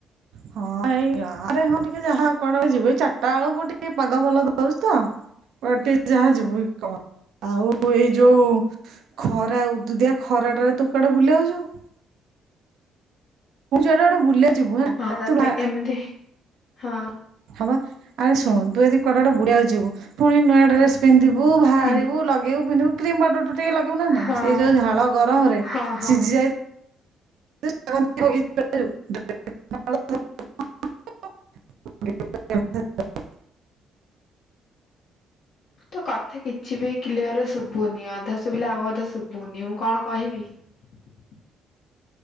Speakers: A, on the right (about 65°); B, on the left (about 65°).
A: ହଁ ଏଇ ଗାଁରେ ହଁ ଟିକେ ଯାହା କୁଆଡେ ଗୋଟେ ଯିବୁ ଏଇ ଚାରିଟା ବେଳକୁ ଟିକେ ପାଗ ଭଲ ଦଉଛି ତ କୁଆଡେ ଟିକେ ଯାହା ଯିବୁ କଣ ଆଉ ଏଇ ଯୋଉ ଖରା ଉଦୁଉଦିଆ ଖରାଟାରେ ତୁ କୁଆଡେ ବୁଲିଆକୁ ଯିବୁ । ମୁଁ ଯୁଆଡ଼େ ଗୋଟେ ବୁଲିଆକୁ ଯିବୁ ହେଲା
B: ହଁ ତାପରେ
A: ତୁ ବା
B: କେମିତି ହଁ
A: ହବା ଆରେ ଶୁଣୁ ତୁ ଯଦି କୁଆଡ଼େ ଗୋଟେ ବୁଡିଆକୁ ଯିବୁ ପୁଣି ନୂଆ ଡ୍ରେସ୍ ପିନ୍ଧିବୁ ବୁ ବାହାରିବୁ
B: ହୁଁ
A: ଲଗେଇବୁ ଲଗେଇବୁ ପିନ୍ଧିବୁ କ୍ରିମ ପାଉଡର୍ ତ ତ ଟିକେ ଲଗେଇବୁ ନା ନାହିଁ
B: ହଁ
A: ସେଇ ଯୋଉ ଝାଳ ଗରମ ରେ
B: ହଁ ହଁ।
A: ସିଝି ଯାଇ <unintelligible> <unintelligible>
B: ତୋ କଥା କିଛି କିଛି ବି କ୍ଲିୟର ଶୁଭୁନି ଅଧା ଶୁଭିଲେ ଆଉ ଅଧା ଶୁଭୁନି ମୁଁ କଣ କହିବି ।